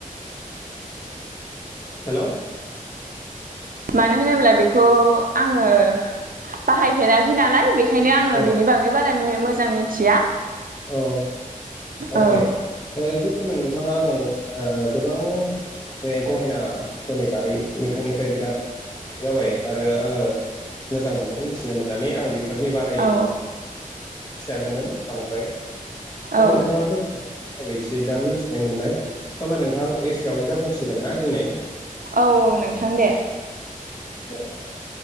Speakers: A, on the left (about 30°); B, on the right (about 75°).
A: हेल'।
B: मानो होनोब्ला बेखौ आङो। बाहायफेराखै नालाय बेखायनो आङो
A: औ
B: बेनि बागै बारा मे मोजां मिथिया।
A: औ अके
B: औ
A: ओ जिखुनु नोंथाङा आं ओ गोबां। बे गहेनाफोरनि बारै नोंथांनिफ्राय बिराद। जाबाय आरो आङो मोजां मोनदों मिथिनो मोननानै आं बे। फोरनि बारै
B: औ
A: फियानोमोन बांद्राय। दा
B: औ
A: नोंथाङा फोरमाय। नाय बायदियै दा मिथिनाय मोनबाय दा होनोमबा नोंथां एसे आवनो जाथ'सिगोन ना दिनै।
B: औ औ नोंथां दे।
A: <unintelligible>